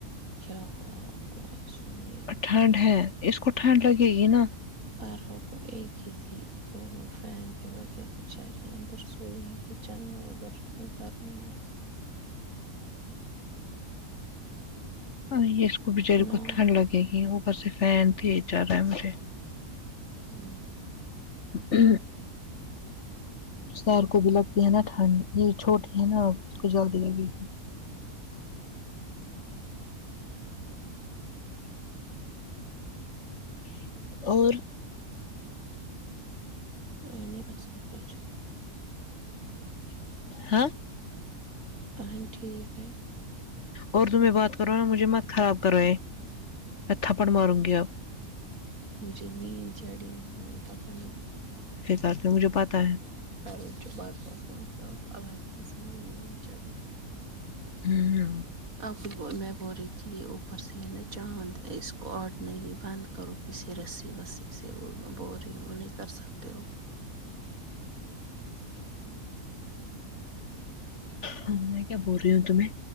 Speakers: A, on the right; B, on the left.
A: کیا ہوا کو آئسو میں اتنی
B: ٹھنڈ ہے اس کو ٹھنڈ لگے گی نا
A: اور حو کو ایک ہی تھی اور وہ فین کے بغیر بچاری اندر سوئی ہے کچن میں ادھر اتنی گرمی ہے
B: ہاں یہ اس کو بچاری
A: سناؤ
B: کو ٹھنڈ لگے گی اوپر سے فین پھی چل رہا ہے مجھے
A: ہوں
B: ہ سیر کو بھی لگتی ہے نا ٹھنڈ یہ چھوٹی ہے نا اب اس کو جلدی لگے گی اور
A: میں نے اصل پا
B: ہاں
A: اہند ٹھیک ہے
B: اور ضروری بات کرو نا مجھے مت خراب کرو ہے میں تھپڑ ماروں گی اب
A: مجھے نیند چڑھی م پتہ نہیں
B: باتیں مجھے پتہ ہے
A: <unintelligible> الگ ہی قسم کی نین چڑھی تھی
B: ہوں
A: آپ ہی بول میں بول رہی تھی اوپر سے یہ نا چاند اس کو آڈنری بند کرو کسی رسی وسی سے وہ میں بول رہی ہوں وہ نہیں کر سکتے ہو
B: ہاں میں کیا بول رہی ہوں تمہیں